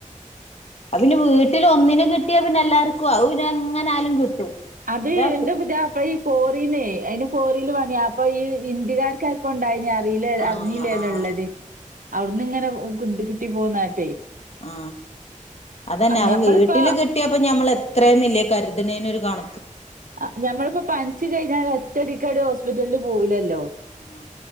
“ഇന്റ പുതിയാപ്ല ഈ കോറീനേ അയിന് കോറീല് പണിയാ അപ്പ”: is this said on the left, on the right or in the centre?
Right